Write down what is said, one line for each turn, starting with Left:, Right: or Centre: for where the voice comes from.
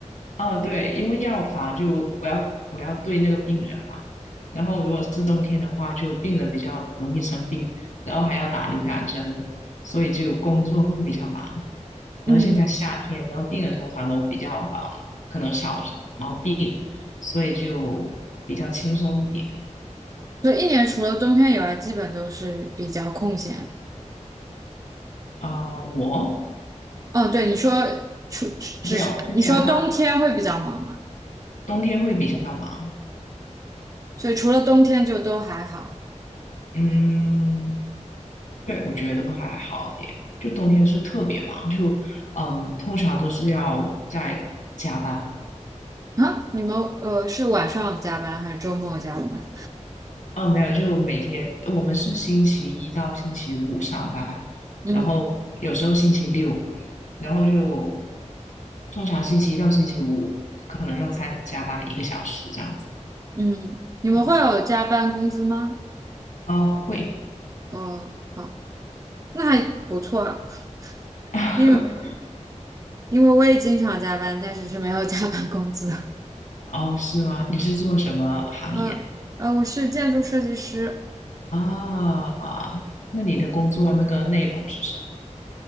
Left: 哦，对，因为药房就我要我要对那个病人嘛，然后如果是冬天的话，就病人比较容易生病，然后还要打流感针，所以就工作会比较忙。然后现在夏天，
Right: 嗯，
Left: 然后病人通常都比较啊、呃可能少毛病，所以就比较轻松一点。
Right: 就一年除了冬天以外，基本都是比较空闲。
Left: 呃，我
Right: 哦，对，你说除只是你说冬天会比较忙嘛，
Left: 没有是相反，冬天会比较忙。
Right: 所以除了冬天就都还好。
Left: 嗯，对，我觉得都还好一点。就冬天是特别忙，就嗯，通常都是要在加班。
Right: 啊，你们呃是晚上加班还是周末加班？
Left: 哦，没有，就每天我们是星期一到星期五上班，
Right: 嗯
Left: 然后有时候星期六，然后就通常星期一到星期五可能要再加班一个小时这样子。
Right: 嗯，你们会有加班工资吗？
Left: 嗯，哦，会，
Right: 哦，好，那还不错啊，
Left: <laughs>
Right: 因为因为我也经常加班，但是是没有加班工资。
Left: 哦，是吗？你是做什么行业的
Right: 嗯，呃，我是建筑设计师，
Left: 啊？那你的工作那个内容是什么？